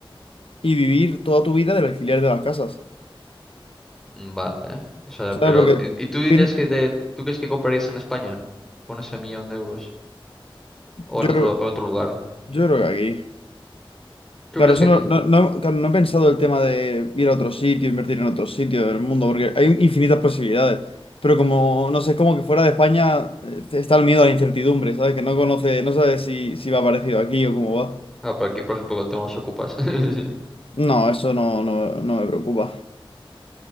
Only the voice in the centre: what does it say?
Mm, Vale, ¿eh? O sea,
pero...
¿Y y tú dirías
que... te- ¿Tú crees que comprarías en España? Con ese millón de euros. O
en
otro, en otro lugar.
¿Tú
crees
que
aquí?
Ah, pero aquí, por ejemplo, con el tema de los ocupas. <laughs>